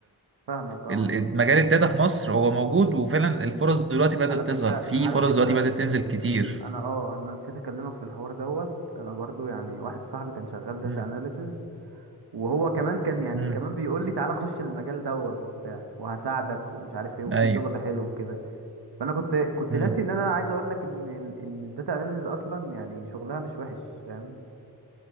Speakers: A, on the right; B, on the right.
A: فاهمك اه
B: ال- ال- مجال الداتا في مصر هو موجود وفعلا الفرص دلوقتي بدأت
A: على فكرة
B: تظهر في
A: على
B: فرص
A: فكرة
B: دلوقتي بدأت تنزل كتير
A: انا اه انا نسيت اكلمك في الحوار دوت انا برضو يعني واحد صاحبي كان شغال داتا
B: مم.
A: اناليسز وهو كمان كان يعني
B: مم.
A: كمان بيقول لي تعالى خش المجال دوت وبتاع وهساعدك ومش عارف ايه وفي
B: ايوه
A: شغل حلو وكده فانا كنت كنت
B: مم.
A: ناسي ان انا عايز اقول لك ان ان الداتا اناليسيز اصلا يعني شغلها مش وحش فاهم